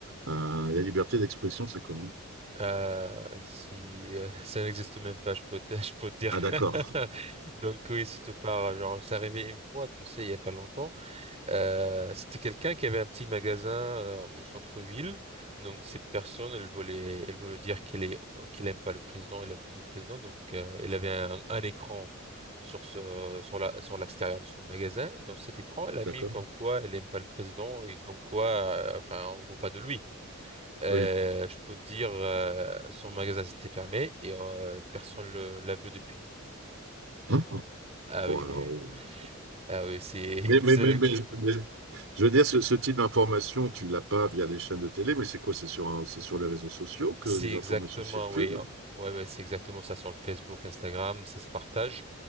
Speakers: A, on the right; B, on the right.
A: Euh, la liberté d'expression, c'est comment?
B: Euh, si euh, <laughs> ça n'existe même pas, je peux te, <laughs> je peux te dire.
A: Ah, d'accord.
B: <laughs> Donc oui, si tu pars, genre, ça arrivait une fois, tu sais, il y a pas longtemps. Euh, c'était quelqu'un qui avait un petit magasin euh, au centre-ville. Donc cette personne, elle voulait, elle voulait dire qu'elle est, qu'elle aime pas le président, elle oppose le président. Donc euh, elle avait un, un écran sur ce, sur la, sur l'extérieur de son magasin. Dans cet écran, elle a
A: D'accord?
B: mis comme quoi elle aime pas le président et comme quoi, euh, enfin, on ne veut pas de lui. Euh,
A: Oui.
B: je peux te dire, euh, son magasin s'était fermé et euh, personne le l'a vu depuis.
A: Ah,
B: Ah
A: waouh.
B: oui, oui, oui. Ah oui, c'est
A: Mais, mais,
B: <laughs> c'est
A: mais, mais, mais- je veux dire, ce, ce type d'information, tu ne l'as pas via les chaînes de télé, mais c'est quoi? C'est sur, un- c'est sur les réseaux sociaux que
B: c'est
A: les
B: exactement,
A: informations circulent?
B: oui, hein. ouais, ouais, c'est exactement ça sur le Facebook, Instagram, ça se partage.